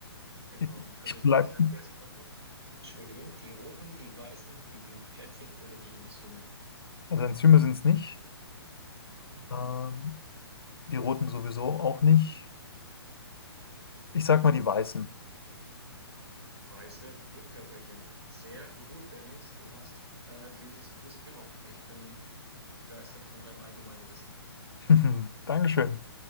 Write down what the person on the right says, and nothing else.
genau,
also
ich,
ich sage dir jetzt nochmal, Entschuldigung, die roten, die weißen, die Blutplättchen oder die Enzyme.
Hm?
Weiße Blutkörperchen. Sehr gut, Dennis. Du hast äh, dieses Quiz gerockt. Ich bin, bin begeistert von deinem allgemeinen Wissen.